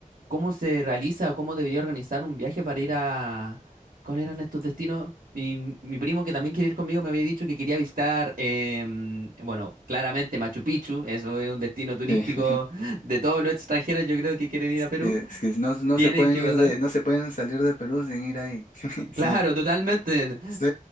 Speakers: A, on the right (about 80°); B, on the left (about 65°).
A: cómo se realiza o cómo debería organizar un viaje para ir a... ¿Cuáles eran estos destinos? Mi, mi primo que también quiere ir conmigo me había dicho que quería visitar, em, bueno, claramente Machu Picchu, eso es un destino turístico
B: Sí. <laughs>
A: de todos los extranjeros, yo creo que quieren ir a Perú.
B: Que, es que no, no
A: Tienen
B: se pueden
A: que
B: ir
A: pasar.
B: de, no se pueden salir de Perú sin ir ahí. <laughs> Sí,
A: Claro, totalmente.
B: sí.